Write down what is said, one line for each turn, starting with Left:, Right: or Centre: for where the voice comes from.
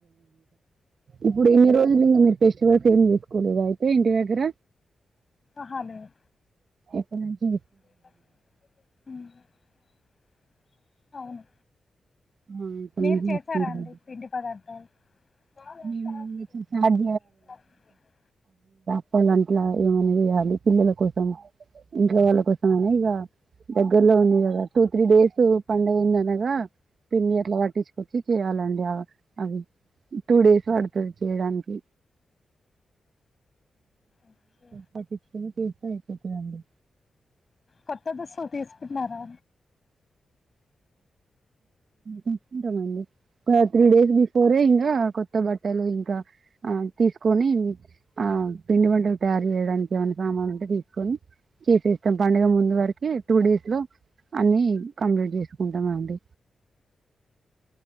Right: ఇప్పుడు ఎన్ని రోజులు మీరు ఫెస్టివల్ ఎం తీసుకులేదా అయితే ఇంటి దగ్గర
Left: అహ లేదు
Right: ఎప్పునుంచి
Left: <inaudible> అవును
Right: ఆ ఇప్పటి
Left: మీరు
Right: నుంచి
Left: చేసారా
Right: చేసుకుంటారేమో
Left: అండి పిండి పదార్థాలు మా
Right: మేము
Left: త
Right: ఇంకా స్టార్ట్
Left: ఏ
Right: వాళ్ళ అంట్లా ఏమని వేయాలి పిల్లల కోసం ఇంట్లో వాళ్ళ కోసం అనే ఇక దగ్గర్లో ఉంది కదా టూ త్రీ డేస్ పండుగ ఉంది అనగా పిండి అట్లా పట్టించుకొచ్చి చేయ్యాలండి ఆ అవి టూ డేస్ పడుతుంది చేయడానికి
Left: ఓకే.
Right: పటిచ్చ కేసు ఒకే అండి
Left: కొత్త దుస్తులు తీసుకున్నారా
Right: తీసుకుంటామండి ఒక త్రీ డేస్ బిఫోరే ఇంకా కొత్త బట్టలు ఇంకా తీసుకొని ఆ పిండి మంటలు తయారు యడానికి ఏమైనా సామానులు ఉంటే తీసుకొని చేసేస్తాం పడుగ ముందు వరకు టూ డేస్ లో అన్ని కంప్లీట్ చేసుకు కుంట మండి